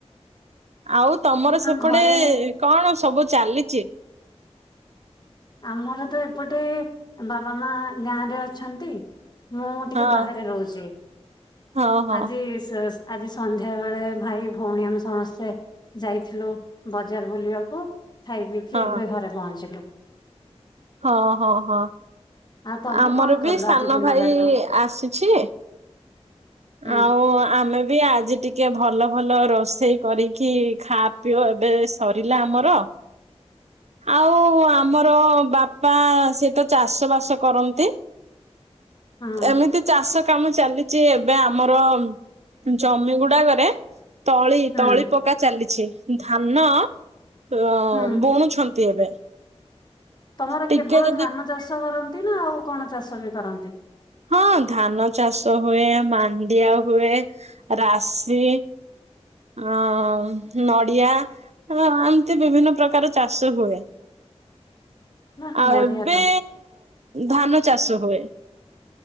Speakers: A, on the right (about 75°); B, on the left (about 40°).
A: ଆଉ ତମର ସେପଟେ
B: ଆଉ ଘରେ
A: କଣ ସବୁ ଚାଲିଛି?
B: ଆମର ତ ଏପଟେ ବାବା ମା ଗାଁରେ ଅଛନ୍ତି। ମୁଁ ଟିକେ
A: ହଁ
B: ବାହାରେ ରହୁଛି <inaudible>
A: ହଁ ହଁ
B: ଆଜି ଆଜି ସନ୍ଧ୍ୟା ବେଳେ ଭାଇ ଭଉଣୀ ଆମେ ସମସ୍ତେ ଯାଇଥିଲୁ ବଜାର ବୁଲିବାକୁ ଖାଇପିଇ କି
A: ହଁ
B: ଏବେ ଘରେ ପହଞ୍ଚିଲୁ।
A: ହଁ- ହଁ- ହଁ
B: ଆଉ ତମେ
A: ଆମର
B: କଣ କଲ
A: ବି ସାନ
B: ଆଜି ଦିନ
A: ଭାଇ
B: ଯାକ?
A: ଆସିଛି।
B: ହୁଁ
A: ଆଉ ଆମେ ବି ଆଜି ଟିକେ ଭଲ ଭଲ ରୋଷେଇ କରିକି ଖା ପିଅ ଏବେ ସରିଲା ଆମର। ଆଉ ଆମର ବାପ ପା ସିଏ ତୋ ଚାଷ ବାସ କରନ୍ତି।
B: ହୁଁ।
A: ଏମିତି ଚାଷ କାମ ଚାଲିଛି ଏବେ ଆମର ଜମି ଗୁଡ଼ାକରେ ତଳି
B: ହୁଁ
A: ତଳି ପକ ପକା ଚାଲିଛି ଧାନ ଅଁମ୍
B: ହୁଁ
A: ବୁଣୁଛନ୍ତି ଏବେ।
B: ତମର
A: ଟିକେ
B: କେବଳ
A: ଯଦି
B: ଧାନ ଚାଷ କରନ୍ତି ନା ଆଉ କଣ ଚାଷ ବି କରନ୍ତି?
A: ହଁ ଧାନ ଚାଷ ହୁଏ ମାଣ୍ଡିଆ ହୁଏ ରାଶି। ଆଁ ନଡ଼ିଆ ହାଁ ଏମତି ବିଭିନ୍ନ ପ୍ରକାର ଚାଷ ହୁଏ।
B: ବାଃ
A: ଆଉ
B: ବଢିଆ
A: ଏବେ
B: ତ
A: ଧାନ ଚାଷ ହୁଏ।